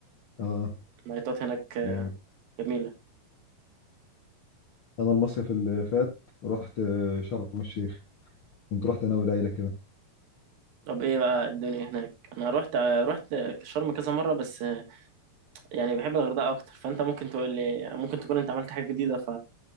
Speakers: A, on the left; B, on the right.
A: اه
B: النايتات هناك
A: جامد
B: جميلة
A: انا المصيف اللي فات رحت آه، شرم الشيخ كنت رحت انا والعيله كده
B: طب ايه بقى الدنيا هناك انا رحت رحت شرم كذا مرة بس يعني بحب الغردقة اكتر فانت ممكن تقول لي ممكن تكون انت عملت حاجة جديدة